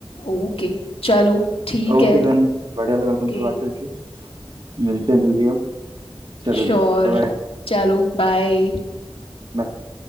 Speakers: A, on the left; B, on the right.
A: ओके चलो ठीक
B: Okay
A: है
B: then बढ़िया लगा
A: ओके
B: तुमसे बात करके मिलते हैं जल्दी अब चलो
A: श्योर
B: देन बाय
A: चलो बाय
B: बाय